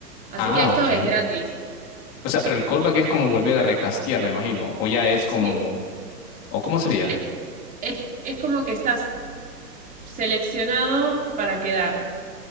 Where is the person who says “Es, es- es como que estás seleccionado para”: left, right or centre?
Right